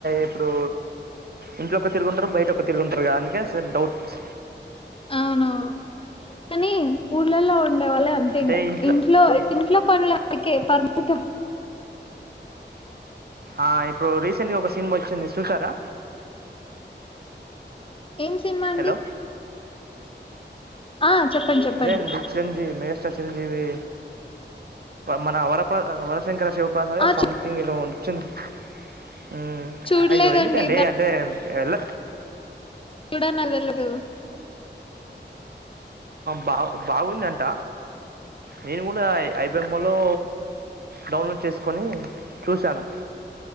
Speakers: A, on the right (about 55°); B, on the left (about 30°).
A: ఇప్పుడు ఇంట్లో ఒ ఒక తిరుగుంటారు బయట ఒక తిరుగుంటారు కా కే స ౌట్స్
B: అవునవును కనీ ఊర్లలో ఉండేవాళ్ళే అంతే
A: అంటే
B: ఇంగ ఇంట్లో
A: ఇ-
B: ఇంట్లో పనులకే పర్మితం.
A: ఆ ఇప్పుడు రీసెంట్ గా ఒక సినిన్ వచ్చింది సూతారా
B: ఏం సినిమా అండి?
A: హలో
B: ఆ చెప్పండి చెప్పండి
A: అదే అండి చిరంజీవి మెగాస్టార్ చిరంజీవి మన వరప వర శివశంకర శివప్రసాద్
B: ఆ
A: సమ్ థింగ్ ఏదో వచ్చింది మ్మ్.
B: చూడలేదండి
A: అయ్యో ఎందుకండి అంటే వెల్ల
B: చూడన్ <unintelligible> ఎళ్లదు
A: బా బాగుందింట నేను కూడా ఐబఎమ్లో డౌన్లోడ్ చేసుకొని చూశాను